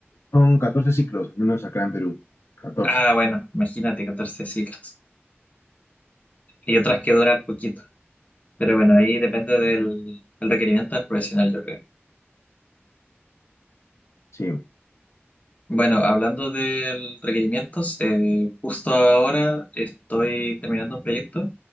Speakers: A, on the left; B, on the left.
A: Son 14 ciclos, al menos acá en Perú. catorce
B: Ah, bueno, imagínate, 14 ciclos. Y otras que duran poquito. Pero bueno, ahí depende del, del requerimiento del profesional, yo creo.
A: sí.
B: Bueno, hablando de requerimientos, eh, justo ahora estoy terminando un proyecto